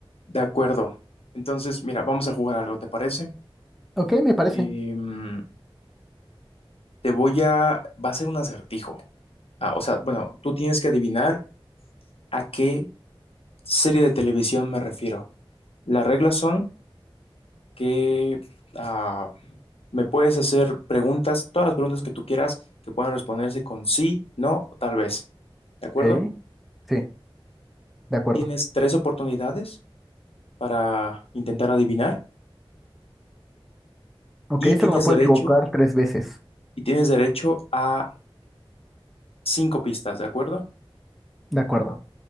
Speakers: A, on the left; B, in the centre.
A: De acuerdo. Entonces, mira, vamos a jugar algo, ¿te parece?
B: Ok, me parece.
A: Em, te voy a... Va a ser un acertijo. Ah, o sea, bueno, tú tienes que adivinar a qué serie de televisión me refiero. Las reglas son que ah, me puedes hacer preguntas, todas las preguntas que tú quieras, que puedan responderse con sí, no o tal vez. ¿De acuerdo?
B: Ok, sí, de acuerdo.
A: Tienes tres oportunidades para intentar adivinar
B: Ok,
A: y tienes
B: solo me puedo
A: derecho,
B: equivocar tres veces.
A: y tienes derecho a Cinco pistas, ¿de acuerdo?
B: De acuerdo.